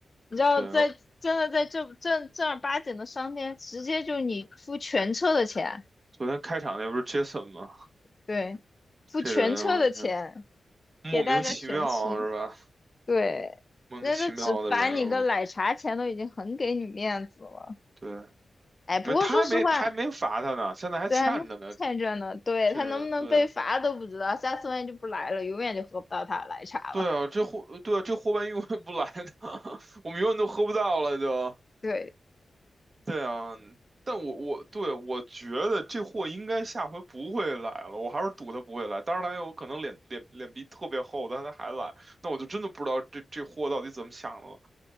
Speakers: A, on the left; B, on the right.
A: 你知道在真的在这正正儿八经的商店，
B: 对，
A: 直接就你付全车的钱，
B: 昨天开场那不是 Jason 吗？
A: 对，付全车的钱
B: 这人啊。莫名其妙是吧？
A: 给大家全清，对，
B: 莫名其妙的人，
A: 那个只罚你个奶茶钱都已经很给你面子了。
B: 嗯，对，
A: 哎，不过说实话，
B: 没，他还没，他还没罚他呢，现在还欠着呢。
A: 对，还没欠着呢，对，
B: 这人，
A: 他能不能被罚都不知道，
B: 对，
A: 下次万一就不来了，永远就喝不到他的奶茶了，
B: 对啊，这货，对啊，这货万一永远不来呢，<laughs> 我们永远都喝不到了就。
A: 对。
B: 对啊，但我我对我觉得这货应该下回不会来了，我还是赌他不会来。当然他有可能脸脸脸皮特别厚，但他还来，那我就真的不知道这这货到底怎么想的了。